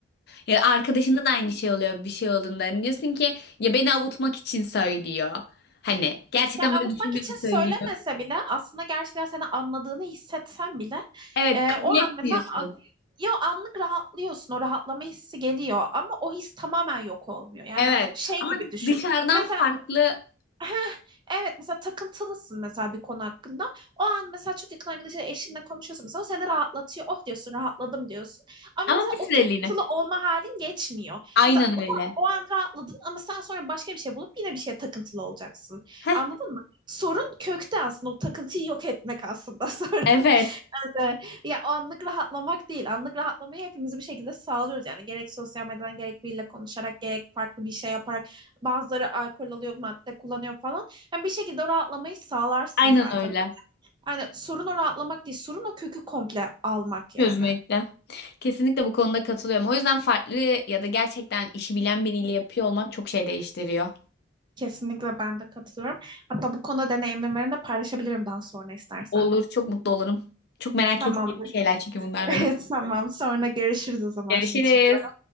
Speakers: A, on the left (about 60°); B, on the right (about 25°).
A: Ya arkadaşında da aynı şey oluyor bir şey olduğunda. Hani diyorsun ki ya beni avutmak için söylüyor. Hani gerçekten
B: Ya avutmak
A: böyle düşünmüyordu
B: için söylemese
A: söylüyor.
B: bile aslında gerçekten seni anladığını hissetsen bile
A: Evet
B: e,
A: kabul
B: o an
A: etmiyorsun.
B: mesela a- ya anlık rahatlıyorsun o rahatlama hissi geliyor ama o his tamamen yok olmuyor. Yani
A: Evet
B: şey
A: ama
B: gibi düşün.
A: dışarıdan
B: Mesela
A: farklı
B: Heh, evet mesela takıntılısın mesela bir konu hakkında. O an mesela çok yakın arkadaşıyla eşinle konuşuyorsun mesela o seni rahatlatıyor. Oh diyorsun rahatladım diyorsun. Ama
A: ama
B: mesela
A: bir süreliğine.
B: o takıntılı olma halin geçmiyor.
A: Aynen
B: Mesela o,
A: öyle.
B: tam- o an rahatladın ama sen sonra başka bir şey bulup yine bir şeye takıntılı olacaksın.
A: Heh,
B: Anladın mı? Sorun kökte aslında o takıntıyı yok etmek aslında <laughs> sorun.
A: evet
B: Kesinlikle. Ya o anlık rahatlamak değil. Anlık rahatlamayı hepimiz bir şekilde sağlıyoruz. Yani gerek sosyal medyadan gerek biriyle konuşarak gerek farklı bir şey yaparak bazıları alkol alıyor, madde kullanıyor falan. Yani bir şekilde o rahatlamayı sağlarsın
A: aynen
B: zaten.
A: öyle.
B: Yani sorun o rahatlamak değil, sorun o kökü komple almak yani.
A: Çözmekte. Kesinlikle bu konuda katılıyorum. O yüzden farklı ya da gerçekten işi bilen biriyle yapıyor olmak çok şey değiştiriyor.
B: Kesinlikle ben de katılıyorum. Hatta bu konuda deneyimlerimi de paylaşabilirim daha sonra istersen.
A: Olur çok mutlu olurum. Çok merak
B: Tamam.
A: ettiğim
B: <laughs>
A: şeyler çünkü bunlar
B: Tamam.
A: benim.
B: Tamam, sonra görüşürüz o zaman.
A: Görüşürüz.
B: Şimdi çıkıyorum.